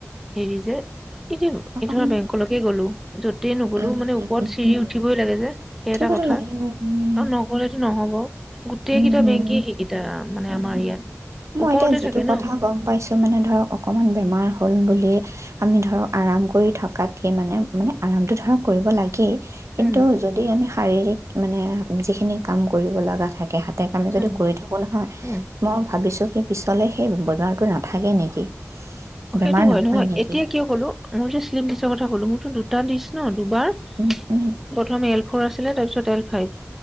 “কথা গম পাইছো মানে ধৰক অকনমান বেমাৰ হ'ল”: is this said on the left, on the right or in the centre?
Right